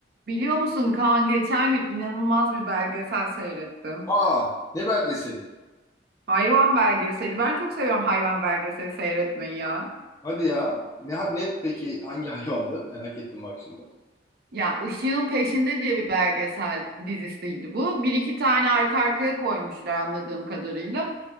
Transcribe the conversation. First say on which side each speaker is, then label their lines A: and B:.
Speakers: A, on the right; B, on the left.
A: Biliyor musun Kaan geçen gün inanılmaz bir belgesel seyrettim.
B: Aa, ne belgeseli?
A: Hayvan belgeseli. Ben çok seviyorum hayvan belgeseli seyretmeyi ya.
B: Hadi ya. Ne, ne peki hangi hayvandı? Merak ettim bak şimdi.
A: Ya Işığın Peşinde diye bir belgesel dizisiydi bu. Bir iki tane arka arkaya koymuşlar anladığım kadarıyla.